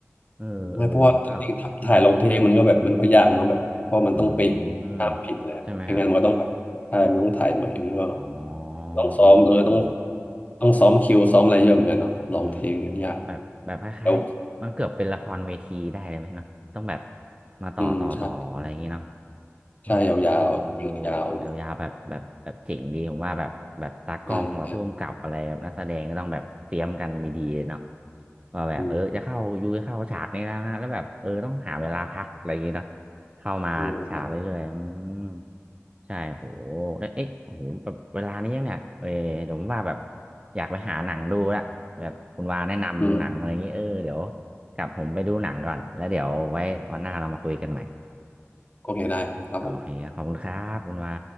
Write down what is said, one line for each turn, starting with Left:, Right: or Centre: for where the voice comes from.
Right: เออเออมันก็
Left: ไม่เพราะว่าจริงๆถถ่ายลงเทปมันก็แบบมันก็ยากเนาะแบบเพราะมันต้องเป๊ะห้ามผิดเลยไม่งั้นมันก็ต้องแบบถ่ายมันต้องถ่ายใหม่มันก็
Right: อืมใช่ไหมครับ อ๋อ
Left: ต้องซ้อมเออต้อง
Right: เออเออ
Left: ต้องซ้อมคิวซ้อมอะไรเยอะเหมือนกันเนาะลองเพลงเนี่ยยาก
Right: อืมแบบแบบคล้ายๆมันเกือบเป็นละครเวทีได้เลยไหมเนาะต้องแบบ
Left: แล้ว
Right: มาต่อต่อต่ออะไรอย่างงี้เนาะ
Left: อืมใช่
Right: เออเออเออแบบยาวๆแบบแบบแบบเจ๋งดีผมว่าแบบแบบตากล้องแบบผู้กำกับอะไรแบบนักแสดงก็ต้องแบบเตรียมกันดีๆเนาะ
Left: ใช่ยาวๆยาวๆเลยได้ครับ
Right: ว่าแบบเออจะเข้ายูจะเข้าฉากนี้แล้วนะแล้วแบบเออต้องหาเวลาพักอะไรอย่างงี้เนาะ
Left: อืม
Right: เข้ามาฉากเรื่อยๆอืม
Left: อืมได้
Right: ใช่โหแล้วเอ๊ะโอ้โหแบบเวลานี้เนี่ยเออเดี๋ยวผมว่าแบบอยากไปหาหนังดูละแบบคุณวาแนะนำดูหนังอะไรอย่างงี้เออเดี๋ยว
Left: อืม
Right: กลับผมไปดูหนังก่อน แล้วเดี๋ยวไว้วันหน้าเรามาคุยกันใหม่
Left: โอเคได้ครับครับผม
Right: โอเคครับขอบคุณครับ คุณวา